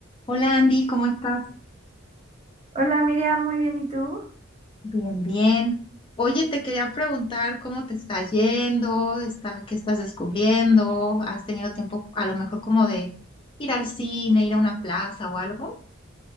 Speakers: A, on the left; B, on the right.
A: Hola Andy, ¿cómo estás?
B: Hola Miriam, muy bien, ¿y tú?
A: Bien, bien. Oye, te quería preguntar cómo te está yendo, está, qué estás descubriendo, has tenido tiempo a lo mejor como de ir al cine, ir a una plaza o algo.